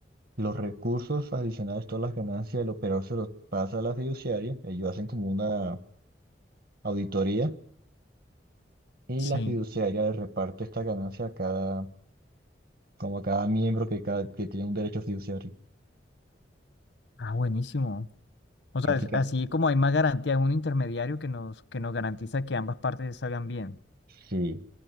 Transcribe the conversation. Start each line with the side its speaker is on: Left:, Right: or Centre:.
Right: Los recursos adicionales, todas las ganancias del operador se los pasa a la fiduciaria, ellos hacen como una auditoría y
Left: Sí.
Right: la fiduciaria le reparte esta ganancia a cada, como a cada miembro que, cada, que tiene un derecho fiduciario.
Left: Ah, buenísimo. O sea,
Right: Prácticamente.
Left: es- así como hay más garantía, es un intermediario que nos, que nos garantiza que ambas partes salgan bien.
Right: Sí.